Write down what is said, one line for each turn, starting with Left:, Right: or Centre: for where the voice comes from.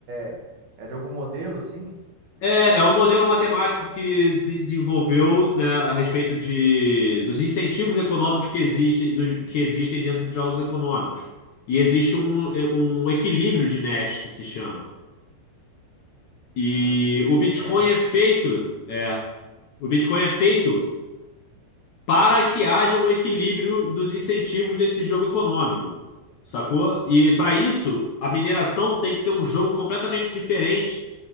Right: é, é de algum modelo, assim?
Left: É, é um modelo matemático que se desenvolveu, né, a respeito de, dos incentivos econômicos que existem, dos- que existem dentro de jogos econômicos. E existe um, um equilíbrio de Nash, que se chama. E
Right: Ah, Equilíbrio
Left: o Bitcoin
Right: de Nash.
Left: é feito, é, o Bitcoin é feito para que haja um equilíbrio dos incentivos desse jogo econômico, sacou? E para isso, a mineração tem que ser um jogo completamente diferente